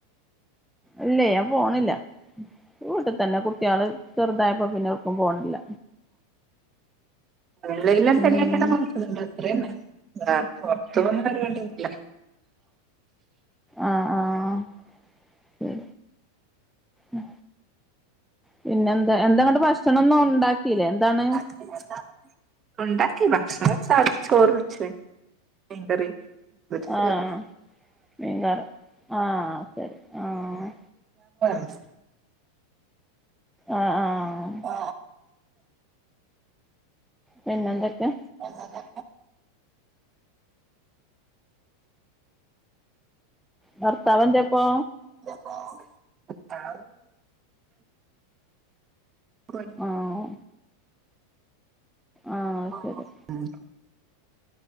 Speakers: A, in the centre; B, on the right.
A: ഇല്ല ഞാൻ പോണില്ല വീട്ടിൽ തന്നെ കുട്ടികള് ചെറുതായപ്പോ പിന്നെർക്കും പോണില്ല
B: ഓൺലൈനായിട്ടങ്ങനെ
A: ഉം
B: നോക്കുന്നുണ്ട് അത്രന്നെ പുറത്ത് പോന്ന പരിപാടിന്നുല്ല
A: ആ ആഹ് ഹ് ആ പിന്നെ എന്താ എന്താങ്ങട്ട് ഭക്ഷണോന്നും ഉണ്ടാക്കില്ലേ എന്താണ്
B: <unintelligible> ഉണ്ടാക്കാക്കി ഭക്ഷണം സാധാ ചോറ് വച്ച് മീൻ കറി സ്പെഷലായിട്ട
A: ആഹ് മീൻകറി ആഹ് ശരി ആഹ്
B: <unintelligible>
A: ആ ആഹ്
B: ആ
A: പിന്നെന്തക്കെ
B: <unintelligible>
A: ഭർത്താവെന്തേ പ്പൊ
B: <unintelligible> <unintelligible>
A: ആഹ് ആഹ്
B: ആ ആഹ്
A: ശരി
B: ഉം